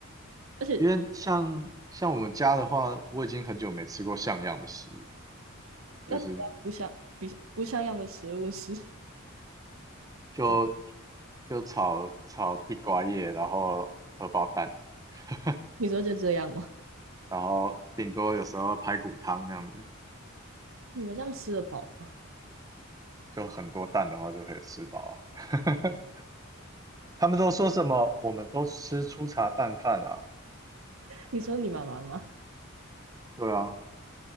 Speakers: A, on the right; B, on the right.
A: 而且
B: 因为像像我们家的话，我已经很久没吃过像样的食物，
A: 那比较不像比不像样的食物是
B: 就是就
A: 怎么
B: 就炒炒地瓜叶，然后荷包蛋，<laughs>
A: 你说就这样吗？
B: 然后顶多有时候排骨汤那样子，
A: 你们这样吃得饱吗？
B: 就很多蛋的话就可以吃饱了。<laughs> 他们都说什么？我们都吃粗茶淡饭啦。
A: 你说你妈妈吗？
B: 对啊，